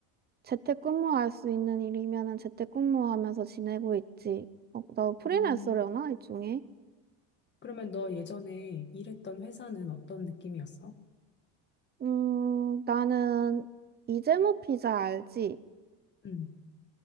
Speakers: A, on the right (about 25°); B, on the left (about 30°).
A: 재택근무할 수 있는 일이면은 재택근무하면서 지내고 있지. 어, 너 프리랜서려나?
B: 음,
A: 일종의?
B: 그러면 너 예전에 일했던 회사는 어떤 느낌이었어?
A: 음, 나는 이재모 피자 알지?
B: 음.